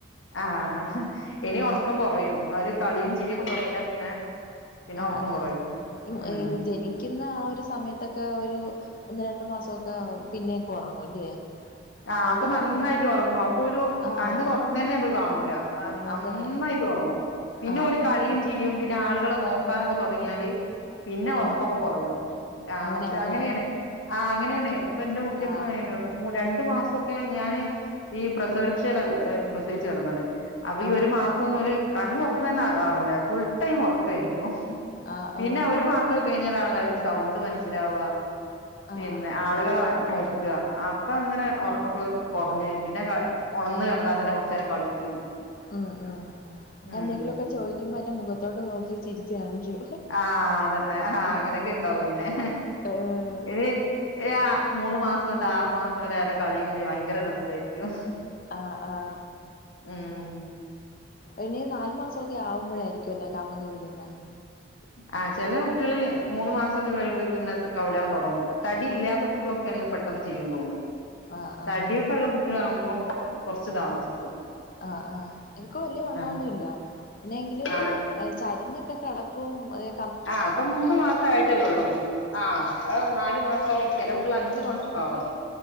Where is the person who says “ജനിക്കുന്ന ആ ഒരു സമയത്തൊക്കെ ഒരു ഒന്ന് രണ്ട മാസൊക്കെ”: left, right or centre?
Left